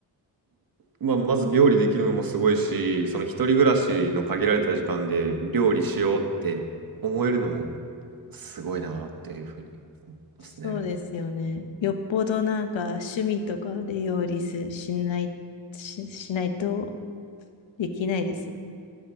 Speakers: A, on the right; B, on the left.
A: まあ、まず料理できるのもすごいし、その一人暮らしの限られた時間で料理しようって思えるのもすごいなっていうふうに思いますね。
B: そうですよね。よっぽどなんか趣味とかで料理すしない、し、しないとできないですよね。